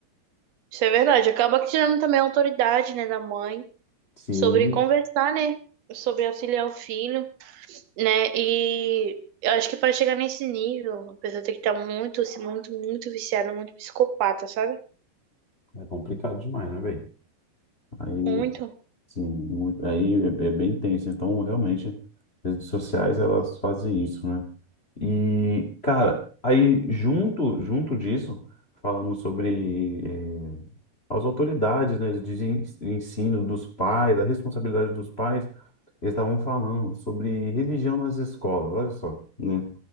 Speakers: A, on the right; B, on the left.
A: isso é verdade. Acaba que tirando também a autoridade, né, da mãe
B: Sim,
A: sobre conversar, né? Sobre auxiliar o filho, né? E eu acho que para chegar nesse nível, a pessoa tem que estar muito, assim, muito, muito viciada, muito psicopata, sabe?
B: é complicado demais, né, velho? Aí
A: Muito.
B: Sim, muito, aí é, é bem tenso. Então, realmente, as redes sociais elas fazem isso, né? E, cara, aí junto, junto disso, falamos sobre eh, as autoridades, né, de en- ensino dos pais, a responsabilidade dos pais. Eles estavam falando sobre religião nas escolas. Olha só, né?